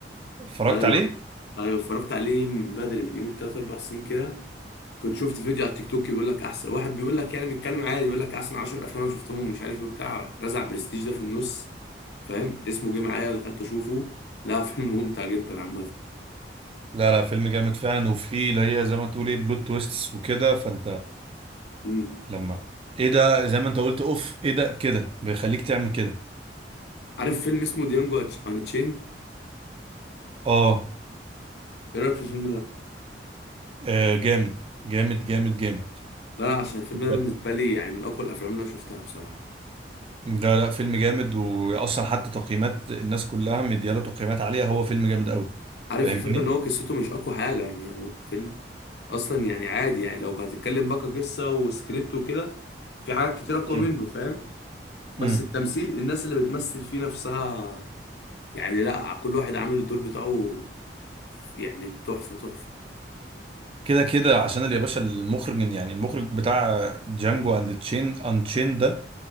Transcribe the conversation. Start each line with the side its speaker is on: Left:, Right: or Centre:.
Right: اتفرجت
Left: ايوه
Right: عليه
Left: ايوه اتفرجت عليه من بدري من يومين تلات اربع سنين كده كنت شفت فيديو على التيك توك بيقول لك احسن واحد بيقول لك يعني بيتكلم عادي بيقول لك احسن 10 افلام انا شفتهم ومش عارف ايه بتاع راح رزع برستيج ده في النص فاهم اسمه جه معايا دخلت اشوفه لا <laughs> فيلم ممتع جدا عامه
Right: لا لا فيلم جامد فعلا وفيه اللي هي زي ما تقول ايه بلوت تويستس وكده فانت
Left: مم.
Right: لما ايه ده زي ما انت قلت اوف ايه ده كده بيخليك تعمل كده
Left: عارف فيلم اسمه ديانجو ان تشين
Right: اه
Left: ايه رايك في الفيلم ده
Right: آه، جامد جامد جامد جامد
Left: لا عشان الفيلم
Right: بجد
Left: ده بالنسبه لي يعني من اقوى الافلام اللي انا شفتها بصراحه
Right: لا لا فيلم جامد واصلا حتى تقييمات الناس كلها مدياله تقييمات عالية هو فيلم جامد قوي
Left: عارف
Right: فاهمني
Left: الفكره ان هو قصته مش اقوى حاجه يعني هو فيلم اصلا يعني عادي يعني لو هتتكلم بقى قصه وسكريبت وكده في حاجات كتير اقوى
Right: امم
Left: منه فاهم بس
Right: امم
Left: التمثيل الناس اللي بتمثل فيه نفسها يعني لا كل واحد عامل الدور بتاعه يعني تحفة تحفة
Right: كده كده عشان يا باشا المخرج يعني المخرج بتاع جانجو اند تشين ان تشين ده